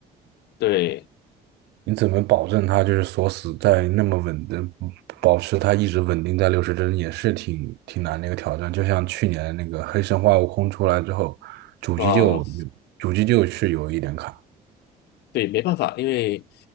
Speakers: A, on the left; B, on the right.
A: 对
B: 你怎么保证它就是锁死在那么稳的，保持它一直稳定在六十帧，也是挺挺难的一个挑战。就像去年那个《黑神话：悟空》出来之后，主机就
A: 啊，
B: 主机就是有一点卡，
A: 对，没办法，因为